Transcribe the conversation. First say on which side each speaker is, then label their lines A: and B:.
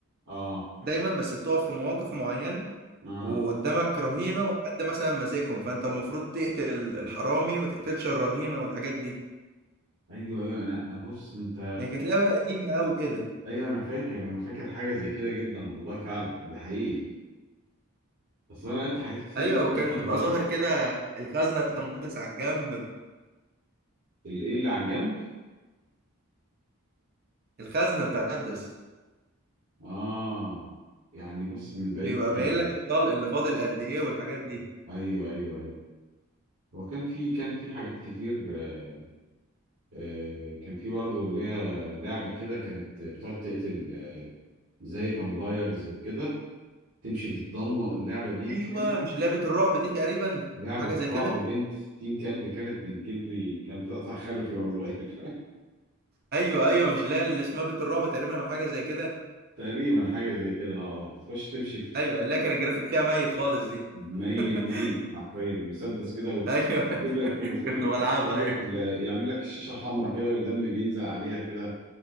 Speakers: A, on the right; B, on the right.
A: اه
B: دايما بس بتقف في مواقف معينة
A: اه
B: وقدامك رهينة وحد مثلا ماسكهم فانت المفروض تقتل الحرامي وما تقتلش الرهينة والحاجات دي
A: ايوه ايوه انا بص انت
B: هي كانت لعبة قديمة أوي كده
A: ايوه انا فاكر انا فاكر حاجه زي كده جدا والله فعلا ده حقيقي اصل انا لعبت حاجات كتير
B: ايوه وكان
A: جدا وانا
B: بيبقى
A: صغير
B: ظاهر كده الخزنة بتاع مسدس على الجنب
A: الايه اللي على الجنب
B: الخزنة بتاع مسدس
A: اه يعني بص من بعيد
B: بيبقى
A: قوي.
B: باين لك الطلق اللي فاضل قد ايه والحاجات دي
A: ايوه ايوه ايوه هو كان في كان في حاجات كتير آه آه كان في برضه اللي هي لعبه كده كانت بتقعد تقتل آه زي فامبايرز وكده تمشي في الضلمه اللعبه دي
B: ايوه
A: كانت
B: مش اللي هي بيت الرعب دي تقريبا
A: لعبه
B: او حاجه زي
A: رعب
B: كده
A: بنت 60 كلب كانت بتجيب لي كانت بتقطع خلفي وانا صغير
B: ايوه ايوه مش اللي هي اللي اسمها بيت الرعب تقريبا او حاجه زي كده
A: تقريبا حاجة زي كده اه بتخش تمشي في
B: ايوه اللي هي كان الجرافيك فيها ميت خالص دي
A: ميت
B: <laughs>
A: ميت حرفيا مسدس كده ويجيب
B: ايوه <laughs>
A: لك وكل
B: كنت
A: ما
B: بلعبها
A: تمشي يجيب
B: ايوه
A: لك ال- يعمل لك الشاشة حمراء كده ودم بينزل عليها كده